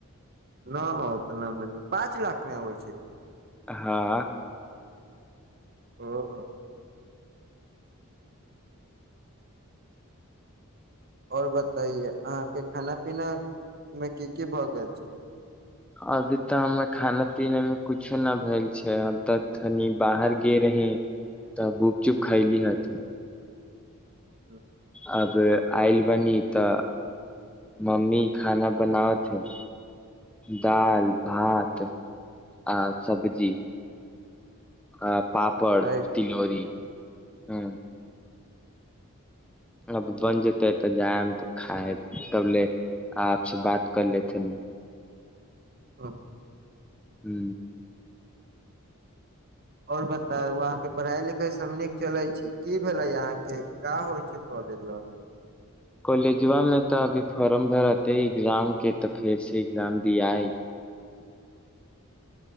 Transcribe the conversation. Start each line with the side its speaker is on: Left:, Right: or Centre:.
Right: न हो तऽ न मानेपाँच लाख मे आबै छै की
Centre: हँ
Right: ओऽ और बताये अहां के खाना पीना मे की की भए गेल छैय
Centre: अभी तऽ हमरा खाना पीना मे कुछो न भेल छै अब तऽ तनि बाहर गे रही तऽ गुपचुप खायइ ली हथ
Right: <unintelligible>
Centre: अब आयल बनी तऽ मम्मी खाना बनावथे दाल, भात आ सब्जी आ पापड़,
Right: सही कहै
Centre: तिलौरी हु अब बन जेते तऽ जायब तऽ खाएम तब ले आपसँ बात कर लेथिन
Right: अब
Centre: हू
Right: और बताउ अहाँ के पढ़ाई लिखाई सब नीक चले छी की भेले यहा के का होइ छै कॉलेज मे
Centre: कॉलेजुवा में तऽ अभी फॉर्म भरते एग्जाम के तऽ फेर से एग्जाम दिया